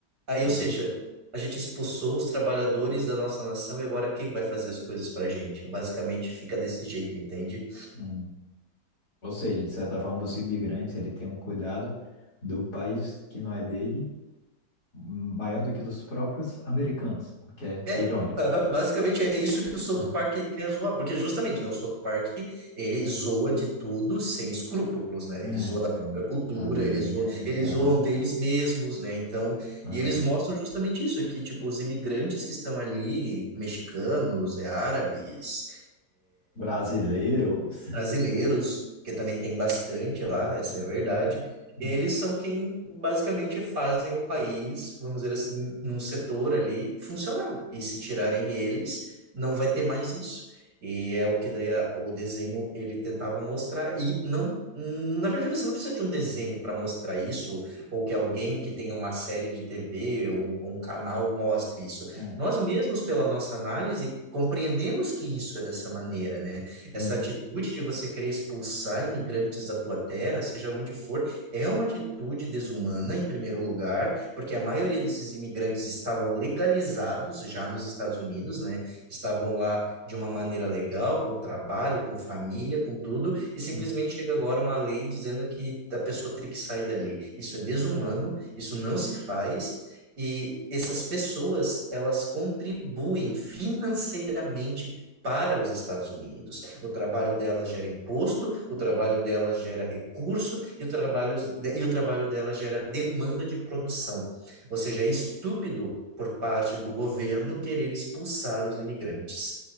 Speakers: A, on the right (about 75°); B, on the left (about 65°).
A: Aí,
B: Sim.
A: ou seja, a gente expulsou os trabalhadores da nossa nação e agora quem vai fazer as coisas para a gente? Basicamente fica desse jeito, entende?
B: Hum. Ou seja, de certa forma, os imigrantes, ele tem um cuidado do país que não é dele, hum, maior do que dos próprios americanos, o que é
A: É,
B: irônico.
A: aham, basicamente é isso que o South
B: Uhum.
A: Park quer zoar, porque justamente, né, o South Park, ele zoa de tudo sem escrúpulos, né? Ele zoa
B: É, o
A: da
B: cara
A: própria
B: não
A: cultura,
B: tá nem
A: eles zoam,
B: aí.
A: eles
B: Aham,
A: zoam deles mesmos, né? Então,
B: aham.
A: e eles mostram justamente isso, que tipo, os imigrantes que estão ali, mexicanos, é, árabes,
B: Brasileiros.
A: brasileiros, que também tem bastante lá,
B: Uhum,
A: essa é a verdade,
B: claro. uhum,
A: eles são quem basicamente fazem o país, vamos dizer assim, num setor ali funcionar. E se tirarem eles, não vai ter mais isso. E é o que daí a- o desenho ele tentava mostrar. E não, na verdade, você não precisa de um desenho para mostrar isso, ou que alguém que tenha uma série de TV ou um, ou um canal mostre isso.
B: É,
A: Nós mesmos, pela nossa análise, compreendemos que isso é dessa maneira, né?
B: uhum,
A: Essa atitude de você querer expulsar imigrantes da tua terra, seja onde for, é uma atitude desumana, em primeiro lugar, porque a maioria desses imigrantes estavam legalizados já nos Estados Unidos, né? Estavam lá de uma maneira legal, com trabalho, com família, com tudo, e simplesmente
B: uhum.
A: chega agora uma lei dizendo que a pessoa tem que sair dali. Isso é desumano, isso não se faz. E essas pessoas, elas contribuem financeiramente para os Estados Unidos. O trabalho delas gera imposto, o trabalho delas gera recurso e o trabalho, e o trabalho delas gera demanda de produção. Ou seja, é estúpido por parte do governo querer expulsar os imigrantes.